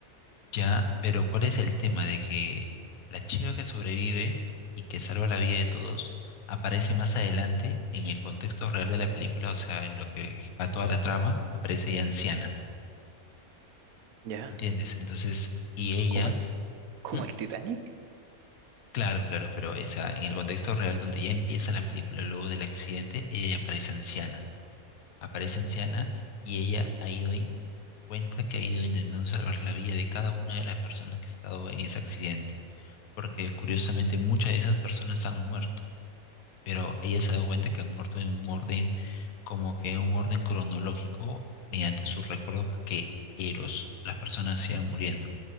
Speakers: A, on the left; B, on the right.
A: Ya, pero ¿cuál es el tema de que la chica que sobrevive y que salva la vida de todos aparece más adelante en el contexto real de la película, o sea, en lo que va toda la trama, aparece ya anciana,
B: ya,
A: ¿entiendes? Entonces, y ella,
B: como el, como
A: ¿Mm?
B: el Titanic,
A: Claro, claro, pero esa, en el contexto real donde ya empieza la película luego del accidente, ella ya aparece anciana, aparece anciana y ella ha ido in- cuenta que ha ido intentando salvar la vida de cada una de las personas que ha estado en ese accidente porque curiosamente muchas de esas personas han muerto, pero ella se ha dado cuenta que han muerto en un orden, como que en un orden cronológico, mediante sus recuerdos que eh, los, las personas se iban muriendo.